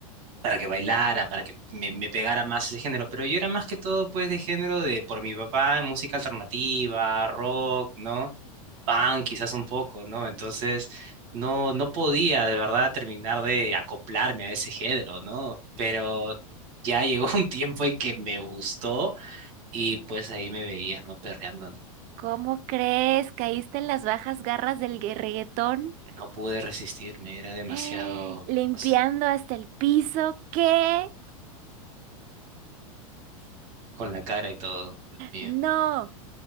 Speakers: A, on the right; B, on the right.
A: para que bailara, para que me, me pegara más ese género, pero yo era más que todo pues de género de por mi papá, música alternativa, rock, ¿no? Punk quizás un poco, ¿no? Entonces no, no podía de verdad terminar de acoplarme a ese género, ¿no? Pero ya llegó <laughs> un tiempo en que me gustó y pues ahí me veías, ¿no? Perreando, no,
B: ¿Cómo crees? ¿Caíste en las bajas garras del gue- reggaetón?
A: No pude resistirme, era demasiado,
B: <gasps> Limpiando
A: no sé,
B: hasta el piso. ¿Qué?
A: con la cara y todo, Dios mío,
B: No.